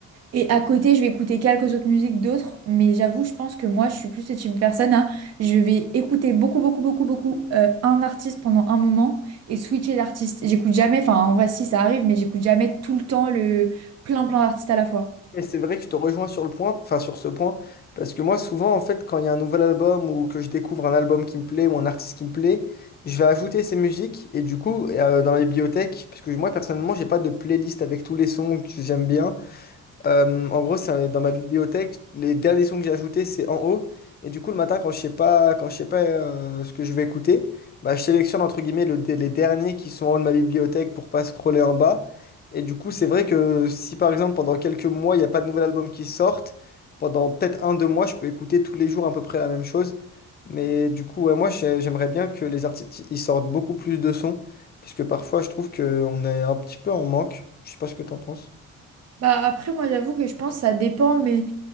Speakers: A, on the right; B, on the left.
A: Et à côté, je vais écouter quelques autres musiques d'autres, mais j'avoue, je pense que moi, je suis plus ce type de personne à, je vais écouter beaucoup, beaucoup, beaucoup, beaucoup euh, un artiste pendant un moment et switcher d'artiste. J'écoute jamais, enfin, en vrai, si ça arrive, mais j'écoute jamais tout le temps le plein, plein d'artistes à la fois.
B: Mais c'est vrai que je te rejoins sur le point, enfin sur ce point, parce que moi souvent en fait quand il y a un nouvel album ou que je découvre un album qui me plaît ou un artiste qui me plaît, je vais ajouter ces musiques et du coup euh, dans ma bibliothèque, parce que moi personnellement j'ai pas de playlist avec tous les sons que j'aime bien, euh, en gros, c'est un- dans ma bibliothèque, les derniers sons que j'ai ajoutés, c'est en haut. Et du coup, le matin, quand je sais pas, quand je sais pas euh, ce que je vais écouter, bah, je sélectionne entre guillemets le, dé- les derniers qui sont en haut de ma bibliothèque pour pas scroller en bas. Et du coup, c'est vrai que si par exemple pendant quelques mois, il n'y a pas de nouvel album qui sortent, pendant peut-être un, deux mois, je peux écouter tous les jours à peu près la même chose. Mais du coup, ouais, moi, j'ai- j'aimerais bien que les artistes ils sortent beaucoup plus de sons, parce que parfois, je trouve qu'on est un petit peu en manque. Je sais pas ce que t'en penses.
A: Bah après, moi, j'avoue que je pense que ça dépend, mais